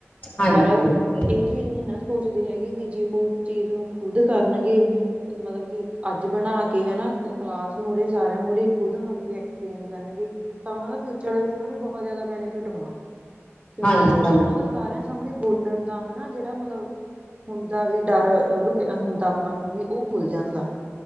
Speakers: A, on the left; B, on the right.
A: ਹਾਂਜੀ
B: ਪਰ
A: ਹਾਂਜੀ ਬਿਲਕੁਲ
B: ਇਹ ਚੀਜ਼ ਨੀ ਨਾ ਸੋਚਦੇ ਹੈਗੇ ਵੀ ਜੇ ਉਹ ਚੀਜ਼ ਨੂੰ ਖੁਦ ਕਰਨਗੇ ਮਤਲਬ ਕਿ ਅੱਜ ਬਣਾ ਕੇ ਹਨਾ ਕਲਾਸ ਮੂਹਰੇ ਸਾਰਿਆਂ ਮੂਹਰੇ ਖੁਦ ਮਤਲਬ ਕਿ ਐਕਸਪਲੇਨ ਕਰਨਗੇ। ਤਾਂ ਉਹਨਾ ਦਾ ਫਿਊਚਰ ਦੇ ਵਿੱਚ ਉਹਨਾਂ ਨੂੰ ਬਹੁਤ ਜ਼ਿਆਦਾ ਬੈਨੀਫਿਟ ਹੋਣਾ, ਕਿਉਂਕਿ
A: ਹਾਂਜੀ
B: ਇੱਕ
A: ਹਾਂਜੀ
B: ਤਾਂ ਉਹਨਾਂ ਦਾ ਸਾਰਿਆਂ ਸਾਹਮਣੇ ਬੋਲਣ ਦਾ ਹਨਾ, ਜਿਹੜਾ ਮਤਲਬ ਹੁੰਦਾ ਵੀ ਡਰ ਲੁਕਿਆ ਹੁੰਦਾ ਆਪਾ ਨੂੰ ਵੀ ਉਹ ਖੁੱਲ ਜਾਂਦਾ